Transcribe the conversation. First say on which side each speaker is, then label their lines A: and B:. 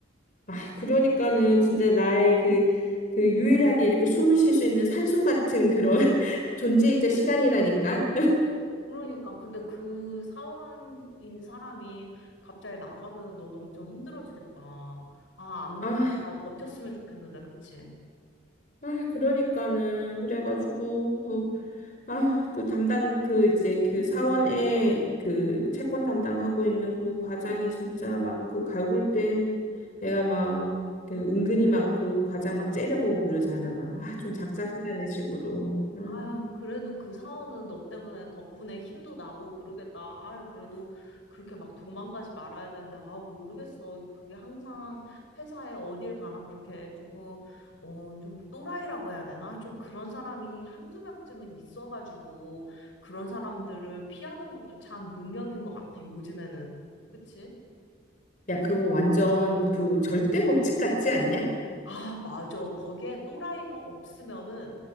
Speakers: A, on the left; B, on the left.
A: 아, 그러니까는 진짜 나의 그, 그 유일하게 이렇게 숨을 쉴 수 있는 산소 같은 그런 <laughs> 존재이자 시간이라니까.
B: 그러니까 근데 그 사원인 사람이 갑자기 나가면 너도 엄청 힘들어지겠다. 아, 안 나가고
A: 아,
B: 잘 버텼으면 좋겠는데, 그치?
A: 아, 그러니까는 그래가지고 그 아, 그 담당, 그 이제 그 사원에 그 채권 담당하고 있는 그 과장이 진짜 막 그 갈굴 때 내가 막 그 은근히 막 그 과장 막 째려보고 그러잖아. 막, 아, 좀 작작하라는 식으로. 음.
B: 아유, 그래도 그 사원은 너 때문에 덕분에 힘도 나고 그러겠다. 아유, 그래도 그렇게 막 도망가지 말아야 되는데, 아, 모르겠어. 그게 항상 회사에 어딜 가나 그렇게 조금, 어, 좀 또라이라고 해야 되나? 좀 그런 사람이 한두 명쯤은 있어가지고, 그런 사람들을 피하는 것도 참 능력인 것 같아, 요즘에는. 그치?
A: 야, 그거 완전 그 절대 법칙 같지 않냐?
B: 아, 맞아. 거기에 또라이가 없으면은,